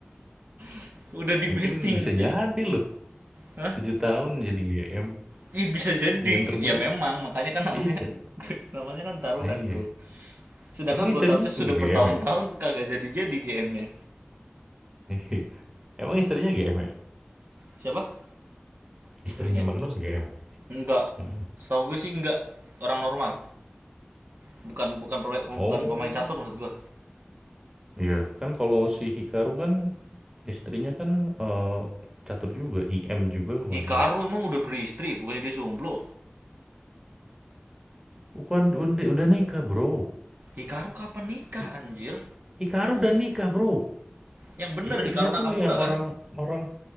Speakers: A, on the right; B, on the right.
A: <laughs> Udah di
B: Mungkin
A: betting
B: bisa
A: cuy.
B: jadi loh.
A: Hah?
B: tujuh tahun jadi GM.
A: Ya bisa jadi.
B: GM termuda.
A: Ya memang, makanya kan namanya
B: Bisa.
A: <laughs> namanya kan taruhan,
B: Iya.
A: Bro. Sedangkan
B: Emang istrinya
A: Gotham Chess
B: juga
A: sudah
B: GM
A: bertahun-tahun
B: ya?
A: kagak jadi-jadi GM-nya.
B: <laughs> Emang istrinya GM ya?
A: Siapa? Istrinya.
B: Istrinya Magnus GM.
A: Enggak.
B: Hmm.
A: Setahu gue sih enggak orang normal. Bukan bukan
B: Oh.
A: bukan pemain catur maksud gue.
B: Iya, kan kalau si Hikaru kan istrinya kan, eee, catur juga, IM juga kalau nggak
A: Hikaru
B: salah.
A: emang udah beristri, bukannya dia jomblo.
B: Bukan, udah udah nikah, Bro.
A: Hikaru kapan nikah
B: Hi
A: anjir?
B: Hikaru udah nikah, Bro.
A: Yang bener
B: Istrinya
A: Hikaru Nakamura
B: tuh yang
A: kan?
B: orang orang